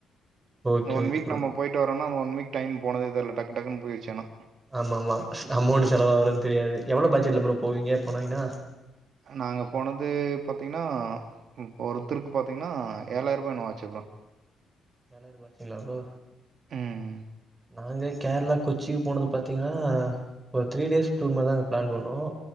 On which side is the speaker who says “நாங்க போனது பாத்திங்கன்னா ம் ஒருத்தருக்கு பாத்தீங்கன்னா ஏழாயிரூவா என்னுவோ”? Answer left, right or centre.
Right